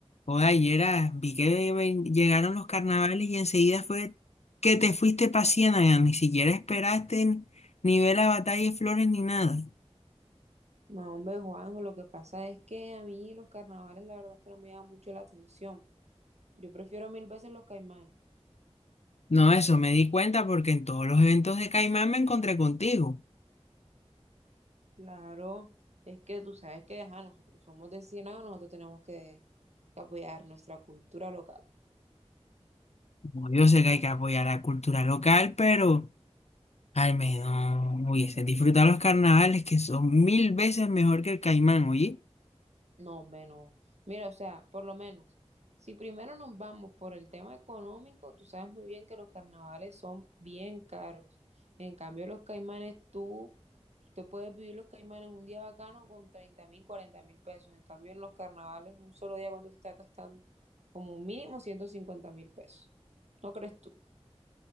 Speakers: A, on the left (about 70°); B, on the right (about 75°).
A: Joder, ayer ah, vi que ven- llegaron los carnavales y enseguida fue que te fuiste para Ciénaga, ni siquiera esperaste ni ver la batalla de flores ni nada.
B: No, hombre, Juanjo, lo que pasa es que a mí los carnavales la verdad es que no me llaman mucho la atención. Yo prefiero mil veces los Caimán.
A: No, eso me di cuenta porque en todos los eventos de Caimán me encontré contigo.
B: Claro, es que tú sabes que, ajá, nosotros somos de Ciénaga, nosotros tenemos que, que apoyar nuestra cultura local.
A: Como Yo sé que hay que apoyar la cultura local, pero al menos hubiese disfrutado los carnavales que son mil veces mejor que el Caimán, oye.
B: No, hombre, no. Mira, o sea, por lo menos, si primero nos vamos por el tema económico, tú sabes muy bien que los carnavales son bien caros. En cambio, los Caimanes, tú Tú puedes vivir los Caimanes un día bacano con treinta mil, cuarenta mil pesos. En cambio, en los carnavales, un solo día, ¿cuánto te estás gastando? Como mínimo ciento cincuenta mil pesos. ¿No crees tú?